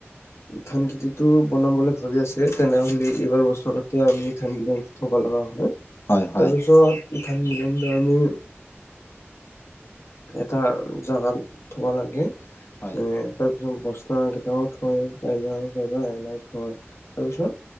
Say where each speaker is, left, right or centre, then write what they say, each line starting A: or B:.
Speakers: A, on the left; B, on the left.
A: ধান খেতিতটো বনাবলৈ ভাবি আছে, তেনেহ'লে এইবাৰ বছৰতে আমি ধান কেই থ লগা হয়
B: হয় হয়
A: তাৰপিছত ধান বিল আমি এটা জাগাত থবা লাগে
B: হয়
A: মানে তাৰ তাৰপিছত বসন কেইটাও থয়া কা এনাই থয় তাৰপিছত